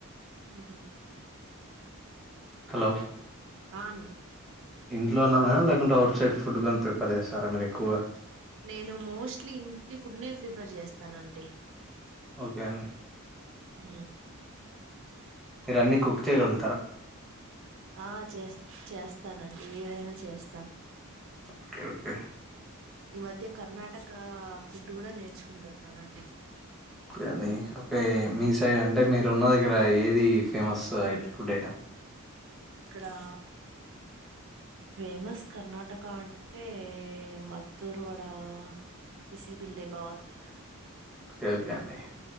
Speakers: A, on the right; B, in the centre.
A: ఉ
B: హలో
A: ఆన్
B: ఇంట్లోనా లేకుంటే అఔట్ సైడ్ ఫుడ్ గానీ ప్రిఫర్ చేస్తారా మీరు ఎక్కువగా
A: నేను మోస్ట్లీ ఇంటి ఫుడ్నే ప్రిఫర్ చేస్తానండి
B: ఒకే అండి
A: హు
B: మీరు అన్నీ కుక్చేగల్
A: ఆ చేస్ చేస్తానండి. ఏదైనా చేస్తాను.
B: ఓకే ఓకే
A: ఈ మధ్య కర్ణాటక ఫుడ్ గూడా నేర్చుకుంటున్నానండి.
B: కానీ ఓకే మీ సైడ్ అంటే. మీరు ఉన్న దగ్గర ఏద్ ది ఫేమస్ ఐట్ ఫుడ్ ఐటెమ్
A: ఇక్కడా ఫేమస్ కర్ణాటక అంటే మత్తూరు వడ, బిసిబిల్లేబాత్
B: సేవ్ జాప్డీ <unintelligible>